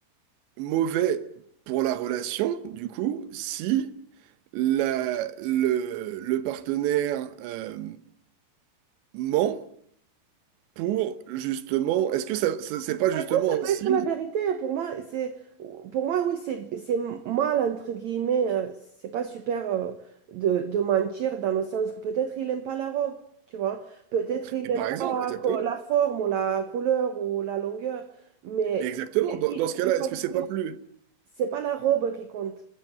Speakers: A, on the right; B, on the right.
A: mauvais pour la relation, du coup, si la- le, le partenaire euh, ment pour justement, est-ce que ça, ça- c'est pas
B: Par
A: justement
B: exemple, ça
A: un
B: peut
A: signe?
B: être la vérité. hein. Pour moi, c'est, pour moi, oui, c'est, c'est mal, entre guillemets. euh, C'est pas super euh, de, de mentir dans le sens que peut-être il n'aime pas la robe, tu vois. Peut-être il
A: Et
B: n'aime
A: par exemple,
B: pas
A: exactement.
B: co- la forme ou la couleur ou la longueur. Mais
A: Mais exactement.
B: comme je t'ai
A: Dans,
B: dit,
A: dans ce cas-là,
B: une fois
A: est-ce
B: de
A: que c'est
B: plus,
A: pas plus...
B: c'est pas la robe qui compte.